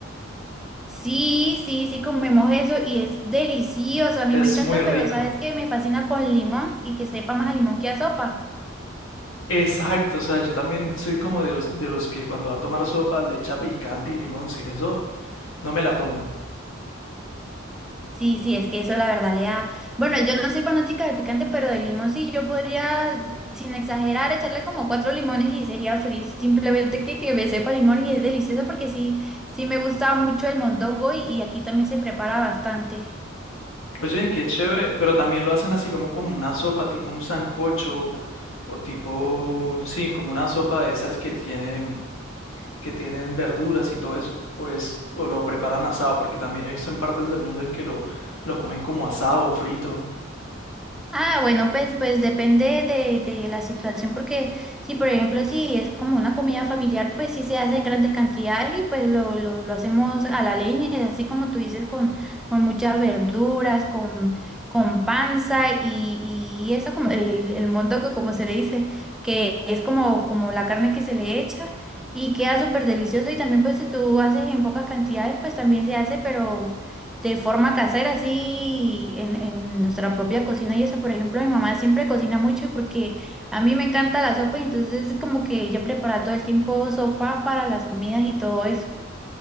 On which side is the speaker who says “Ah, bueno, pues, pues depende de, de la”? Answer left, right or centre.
Centre